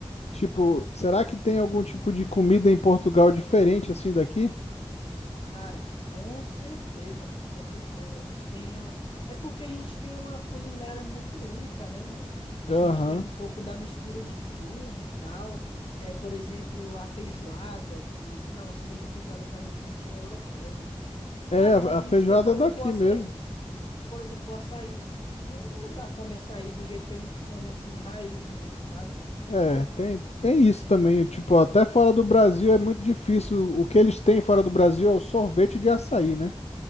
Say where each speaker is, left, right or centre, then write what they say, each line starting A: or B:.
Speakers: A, on the left; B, on the left.
A: Tipo, será que tem algum tipo de comida em Portugal diferente assim daqui?
B: Cara, com certeza, mano, com certeza. A gente tem uma... É porque a gente tem uma culinária muito única, né, mano? A
A: Aham.
B: gente tem um pouco da mistura de tudo e tal. É, por exemplo, a feijoada, que... Não, se bem que a feijoada aparentemente é europeia, né?
A: É,
B: Cara,
A: a
B: mas
A: a
B: a
A: feijoada
B: gente tem, por
A: é
B: exemplo,
A: daqui
B: o açaí.
A: mesmo.
B: Por exemplo, o açaí. Nenhum lugar come açaí do jeito que a gente come, assim, raiz mesmo, sabe?
A: É, tem, tem isso também. Tipo, até fora do Brasil é muito difícil. O que eles têm fora do Brasil é o sorvete de açaí, né?